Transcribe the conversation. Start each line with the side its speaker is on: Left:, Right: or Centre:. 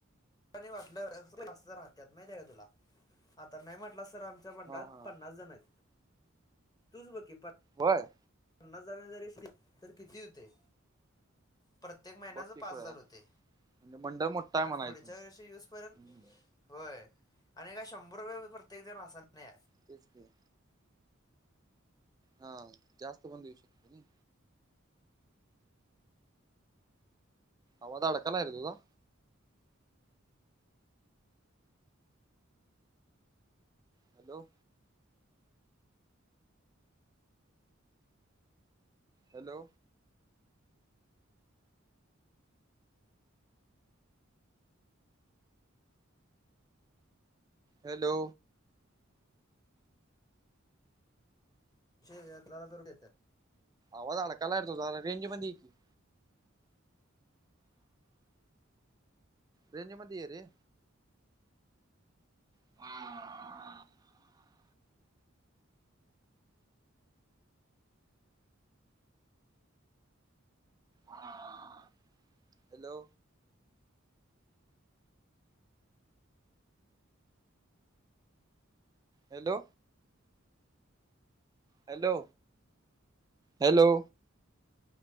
Left: वाटलं <unintelligible> राहत्यात माहित आहे का तुला. आता नाही म्हटलास तर आमच्या मंडळात
Right: हा हा
Left: पन्नास जण आहेत तूच बघ की प
Right: होय
Left: पन्नास जणानी जरी दिलंय तर किती होतंय? प्रत्येक महिन्याचं
Right: बघ की
Left: पाच
Right: खुळ्या
Left: हजार होतंय.
Right: म्हणजे मंडळ मोठा आहे
Left: आणि
Right: म्हणायच
Left: पुढच्या वर्षी युसपर्यंत
Right: हम्म
Left: होय आणि काय शंभर रुपये प्रत्येक जण अस नाही हाय.
Right: तेच की हां जास्त पण देऊ शकतोय नही आवाज अडकालायं रे तूझा हॅलो हॅलो हॅलो
Left: छे <inaudible> देत्यात
Right: आवाज अडकालाय रे तूझा रेंज मध्ये ये की. रेंज मध्ये ये रे <inaudible> hello hello hello hello